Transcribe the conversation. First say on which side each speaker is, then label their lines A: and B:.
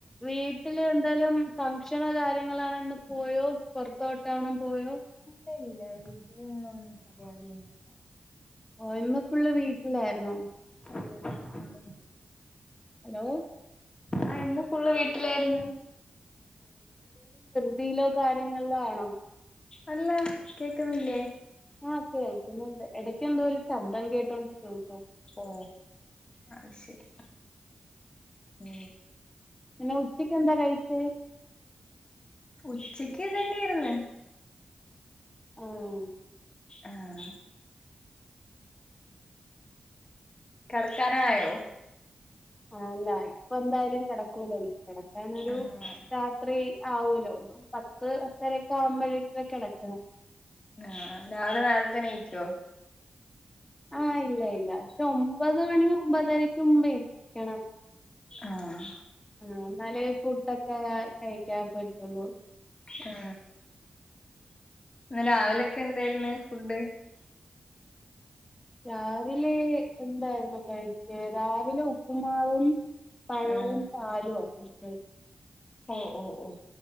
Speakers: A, on the left; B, on the left.
A: വീ വീട്ടില് എന്തേലും ഫംഗ്ഷന് കാര്യങ്ങളാണന്ന് പോയോ, പൊറത്തോട്ടാണെ പോയോ
B: ഇല്ല ഇല്ല വീട്ടിലിന്നൊന്നും പരിപാടിയൊന്നുമില്ല
A: ഓ ഇന്ന് ഫുള്ള് വീട്ടിലായിരുന്നോ
B: പോണം വീട്ടില്
A: ഹലോ
B: ആ ഇന്ന് ഫുള്ള് വീട്ടിലായിരുന്ന്
A: ബിസിയിലോ കാര്യങ്ങളിലോ ആണോ?
B: അല്ല കേക്കുന്നില്ലേ
A: ആ കേൾക്കുന്നുണ്ട് എടക്ക് എന്തോ ഒരു ശബ്ദം കേട്ടോണ്ട് രിക്കുണു
B: ഓ അത് ശരി ഉം
A: പിന്നെ ഉച്ചക്ക് എന്താ കഴിച്ചെ?
B: ഉച്ചക്ക് ഇതന്നെയായിരുന്ന്
A: ആഹ്
B: ആഹ് കെടക്കാനായോ?
A: ആല്ല ഇപ്പ എന്തായാലും കെടക്കൂലല്ലോ, കിടക്കാനെരു
B: ആഹ്
A: രാത്രി ആവൂലോ, ഒരു പത്ത് പത്തരക്കെ ആവുമ്പോഴേക്ക് കിടക്കണം
B: ആഹ രാവിലെ നേരത്തെണീക്കൊ?
A: ആ ഇല്ല ഇല്ല പക്ഷെ ഒമ്പത് മണി ഒമ്പതരക്ക് മുമ്പ് എണീക്കണം
B: ആഹ
A: ആ ന്നാലെ ഫുഡൊക്കെ കഴിക്കാൻ പറ്റുള്ളൂ
B: ആ, ന്ന് രാവിലൊക്കെന്തയിരുന്ന് ഫുഡ്?
A: രാവിലെ എന്തായിരുന്നു കഴിച്ചേ.. രാവിലെ ഉപ്പുമാവും പഴവും
B: ഉം
A: പാലുവാ കുടിക്കല്
B: ഓ ഓ ഓ